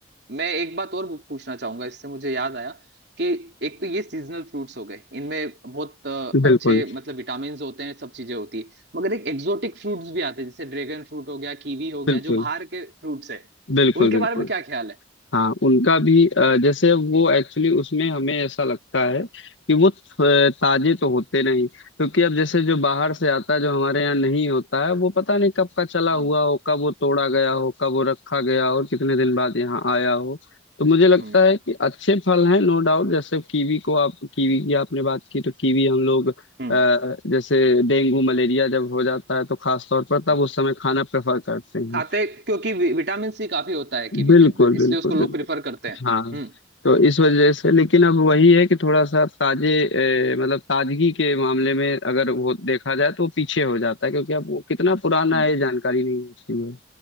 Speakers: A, on the right; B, on the left.
A: मैं एक बात और पूछना चाहूंगा इससे मुझे याद आया कि एक तो ये सीजनल फ्रूट्स हो गए इनमें बहुत अ,
B: बिल्कुल
A: अच्छे मतलब विटामिन होते हैं सब चीजें होती है मगर एक एक्सोटिक फ्रूट्स भी आते हैं जैसे ड्रैगन फ्रूट हो गया कीवी हो गया
B: बिल्कुल
A: जो बाहर के फ्रूट्स है
B: बिल्कुल
A: उनके
B: बिल्कुल
A: बारे में क्या ख्याल है
B: हाँ उनका भी अ, जैसे वो एक्चुअली उसमें हमें ऐसा लगता है कि वो अ, ताजे तो होते नहीं क्योंकि अब जैसे जो बाहर
A: हम्म
B: से आता है जो हमारे यहाँ नहीं होता है वो पता नहीं कब का चला हुआ
A: हम्म
B: हो कब वो तोड़ा गया हो कब वो रखा गया हो कितने दिन बाद यहाँ आया हो तो मुझे लगता
A: हम्म हम्म
B: है कि अच्छे फल हैं नो डाउट जैसे कीवी को आप कीवी की आपने बात की तो कीवी हम लोग अ,
A: हम्म
B: जैसे डेंगू मलेरिया जब हो जाता है तो खास तौर पर तब
A: हम्म।
B: उस समय खाना प्रेफर करते हैं
A: खाते क्योंकि विटामिन सी काफी होता है कीवी
B: बिल्कुल
A: के अंदर
B: बिल्कुल
A: इसलिए उसको लोग
B: बिल्कुल
A: प्रिफर करते हैं
B: हाँ
A: हम्म
B: तो इस वजह से लेकिन अब वही है कि थोड़ा सा ताजे ए, मतलब ताजगी के मामले में अगर वो देखा जाए तो वो पीछे हो जाता है क्योंकि अब वो कितना पुराना
A: हम्म।
B: है ये जानकारी नहीं होती है